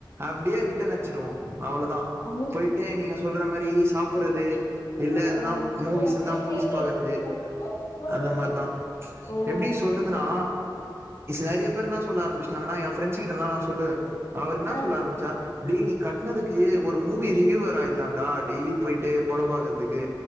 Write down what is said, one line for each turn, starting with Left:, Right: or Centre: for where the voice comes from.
Right: அப்டியே ரிட்டன் அடிச்சிருவோம் அவ்ளோதா
Left: அம்மி.
Right: போயிட்டே நீங்க சொல்ற மாரி சாப்புறது
Left: அம்மா
Right: இல்ல எனா
Left: ஓ
Right: மூவிஸ்
Left: நீ ஒரு
Right: இருந்தான்
Left: நாள்
Right: மூவிஸ்
Left: கையில
Right: பாக்குறது
Left: இப்டி பண்ணிட்டு மூடி
Right: அந்த
Left: வச்ச
Right: மாரிதான்
Left: ஓ
Right: எப்படி சொல்றதுன்னா நறைய பேர்னாம் சொல்ல ஆரம்பிச்சிட்டாங்கன்னா பிரெண்ஸ் கிட்டல்லாம் நான் சொல்லுவன் அவரு என்ன
Left: ஆ
Right: சொல்ல ஆரம்பிச்சா டே நீ கட்டனதுக்கு ஒரு மூவி ரிவியூவர் ஆயிலாண்டா டெய்லி போயிட்டு படம் பாக்கறதுக்கு